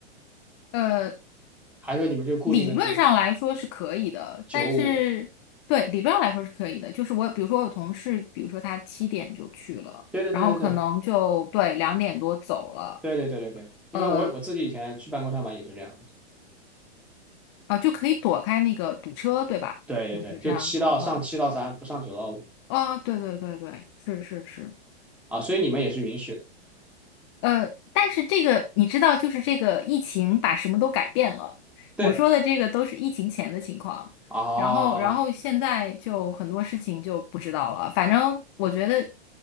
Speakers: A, on the left; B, in the centre.
A: 呃，
B: 还是说你们就固定的九
A: 理论上来说是可以的，
B: 九五？
A: 但是对理论上来说是可以的。就是我比如说我有同事，比如说他七点就去了，
B: 对对对对
A: 然后可能就对两点多走了，
B: 对对对对对对，因为我我自己以前去办公上班也是这样的。
A: 呃啊就可以躲开那个堵车，对吧？
B: 对对对，
A: 就是这样子的话，
B: 就七到上七到三，不上九到五
A: 啊，对对对对，是是是，
B: 啊，所以你们也是允许的。
A: 呃，但是这个你知道，就是这个疫情把什么都改变了。
B: 对
A: 我说的这个都是疫情前的情况，
B: 啊，
A: 然后，然后现在就很多事情就不知道了。反正我觉得